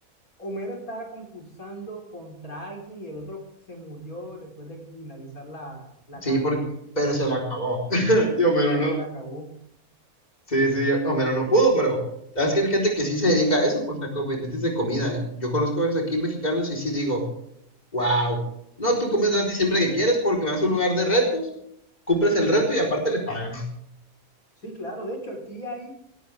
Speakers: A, on the left; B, on the left.
A: Homero estaba concursando contra alguien y el otro se murió después de finalizar la, la
B: sí,
A: carne,
B: porque, pero se lo acabó. <laughs> Y Homero
A: pero
B: no.
A: se la acabó.
B: Sí, sí, Homero no pudo, pero sabes que hay gente que sí se dedica a eso, pues a competencias de comida. Yo conozco a varios aquí mexicanos y sí digo. Wow. No, tú comes así siempre que quieres porque vas a un lugar de retos, cumples el reto y aparte le pagan.
A: Sí, claro. De hecho, aquí hay